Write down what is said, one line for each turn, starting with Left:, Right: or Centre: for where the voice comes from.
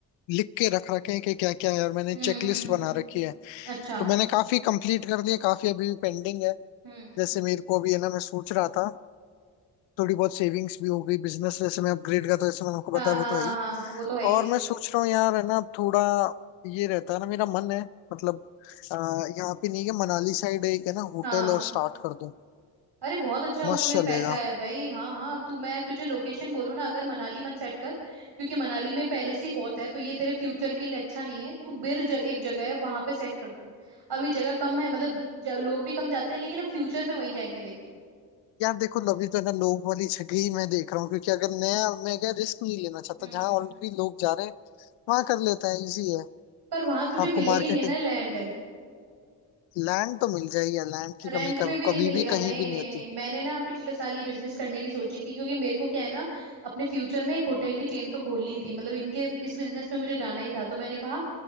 Left: लिख के रख रखे हैं कि क्या क्या है और मैंने
Right: हम्म
Left: चेकलिस्ट
Right: हम्म
Left: बना
Right: हम्म
Left: रखी है
Right: अच्छा
Left: तो मैंने काफी कंप्लीट कर लिए काफी अभी भी पेंडिंग है
Right: हम्म,
Left: जैसे मेरे को अभी है ना मैं सोच रहा था थोड़ी बहुत सेविंग्स भी हो गई बिजनेस जैसे मैं अपग्रेड का तो जैसे मैंने आपको बताया
Right: हाँ हाँ
Left: वो
Right: हाँ
Left: तो है ही
Right: हाँ हाँ, वो तो है ही
Left: और मैं सोच रहा हूँ यार है ना थोड़ा ये रहता है ना मेरा मन है मतलब आ, यहाँ पे नहीं है मनाली साइड एक है ना होटल
Right: हाँ
Left: और स्टार्ट कर दूं
Right: अरे बहुत अच्छा उसमें
Left: मस्त चलेगा
Right: पैसा है भाई हाँ हाँ तू मैं तुझे लोकेशन बोलूँ ना अगर मनाली मत सेट कर क्योंकि मनाली में पहले से ही बहुत है तो ये तेरे फ्यूचर के लिए अच्छा नहीं है तू बिर जग, एक जगह है वहां पे सेट कर तू अभी जगह कम है मतलब ज- लोग भी कम जाते हैं लेकिन अब फ्यूचर में वहीं जाएंगे देख तू
Left: यार देखो अभी तो है ना लोग वाली जगह ही मैं देख रहा हूँ क्योंकि अगर नया मैं क्या रिस्क नहीं लेना चाहता
Right: हम्म
Left: जहाँ ऑलरेडी लोग जा रहे हैं वहां कर लेता है इजी है
Right: पर वहां तुझे
Left: आपको
Right: मिलेगी
Left: मार्केटिंग
Right: नहीं ना लैंड
Left: लैंड तो मिल जाएगी यार लैंड की
Right: रेंट
Left: कमी कभी
Right: पे भी नहीं
Left: कभी
Right: मिलेगा
Left: भी
Right: नहीं
Left: कहीं भी नहीं
Right: नहीं
Left: होती
Right: नहीं मैंने ना पिछले साल ये बिजनेस करने की सोची थी क्योंकि मेरे को क्या है ना अपने फ्यूचर में एक होटल की चेन तो खोलनी थी मतलब इनके इस बिजनेस में मुझे जाना ही था तो मैंने कहा